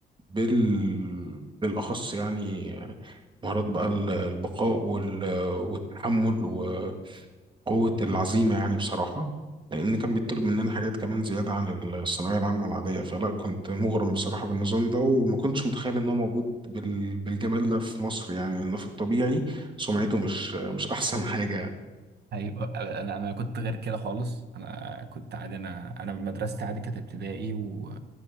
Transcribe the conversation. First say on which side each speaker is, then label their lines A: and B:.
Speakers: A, on the right; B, on the right.
A: بال بالاخص يعني آه، مهارات بقى ال- البقاء وال... والتحمل وقوه العزيمه يعني بصراحه لان كان بيطلب مننا حاجات كمان زياده عن الثانويه العامه العاديه فلا كنت مغرم بصراحه بالنظام ده وما كنتش متخيل ان هو موجود بال... بالجمال ده في مصر يعني لأنه في الطبيعي سمعته مش مش احسن حاجه
B: ايوه انا انا كنت غير كده خالص انا كنت عادي انا انا مدرستي عادي كانت ابتدائي و...